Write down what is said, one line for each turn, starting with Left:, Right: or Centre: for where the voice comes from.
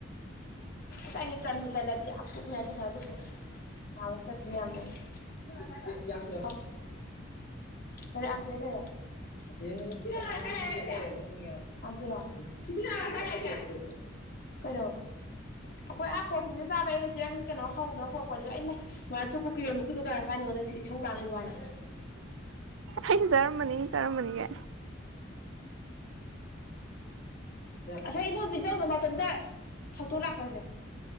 Left: ꯁꯥꯏ ꯆꯥꯟꯕꯨ ꯆ ꯂꯗꯤ ꯉ ꯇ ꯁꯥꯟ ꯆꯦ ꯍ ꯆ ꯊ ꯌꯥꯝꯗ ꯈꯔꯦ ꯑꯝꯆꯅꯦ ꯈꯔꯦ <unintelligible> <inaudible> <inaudible> ꯀꯣ ꯑꯩꯈꯣꯏ ꯑꯥ ꯀꯣꯆꯤꯡꯅ ꯆꯥꯕ ꯑꯩꯅ ꯆꯦꯪ ꯀꯩꯅꯣ ꯍꯧꯅ ꯄꯨꯔꯛꯄꯅꯦꯕ ꯑꯩꯅ ꯃꯥ ꯇꯨ ꯀꯨꯀꯤꯔꯦꯃꯨꯀꯤꯗꯨꯀꯥꯟ ꯆꯥꯅꯣꯗ ꯁꯤ ꯏꯁꯧ ꯂꯥꯛꯂꯏꯕ ꯋꯥꯅꯦ
Right: ꯑꯩ ꯖꯔꯃꯅꯤ ꯖꯔꯃꯅꯤꯒ
Left: ꯑꯁ ꯏꯃꯣꯏꯕꯤꯖꯧꯅꯣ ꯃꯇꯣꯝꯗ ꯊꯧꯇꯣꯛ ꯂꯥꯛꯄꯁꯦ